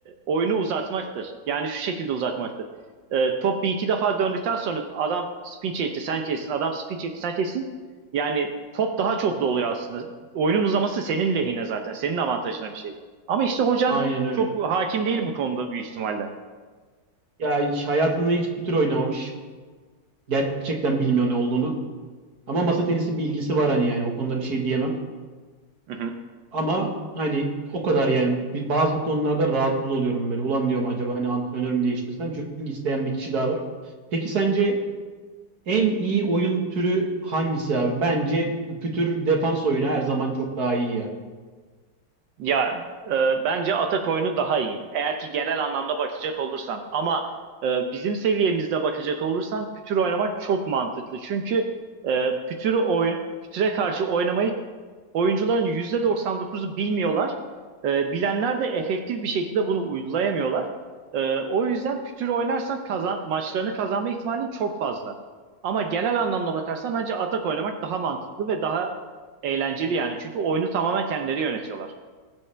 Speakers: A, on the right; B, on the right.
A: oyunu uzatmaktır. Yani şu şekilde uzatmaktır. E, top bir iki defa döndükten sonra adam spin çekti sen kessin adam spin çekti sen kessin. Yani top daha çok doluyor aslında. Oyunun uzaması senin lehine zaten. Senin avantajına bir şey. Ama işte hocan
B: Aynen öyle.
A: çok hakim değil bu konuda büyük ihtimalle.
B: Ya hiç hayatında hiç pütür oynamamış. Gerçekten bilmiyor ne olduğunu. Ama masa tenisi bilgisi var hani yani o konuda bir şey diyemem.
A: Hı hı.
B: Ama hani o kadar yani bir bazı konularda rahatsız oluyorum böyle. Ulan diyorum acaba hani antrenörümü değiştirsem çünkü isteyen bir kişi daha var. Peki sence En iyi oyun türü hangisi abi? Bence pütür defans oyunu her zaman çok daha iyi ya.
A: Ya e, bence atak oyunu daha iyi. Eğer ki genel anlamda bakacak olursan. Ama e, bizim seviyemizde bakacak olursan pütür oynamak çok mantıklı. Çünkü e, pütürü oy- pütüre karşı oynamayı oyuncuların %99'u bilmiyorlar. E, bilenler de efektif bir şekilde bunu uygulayamıyorlar. E, o yüzden pütür oynarsan kazan maçlarını kazanma ihtimalin çok fazla. Ama genel anlamda bakarsan bence atak oynamak daha mantıklı ve daha eğlenceli yani. Çünkü oyunu tamamen kendileri yönetiyorlar.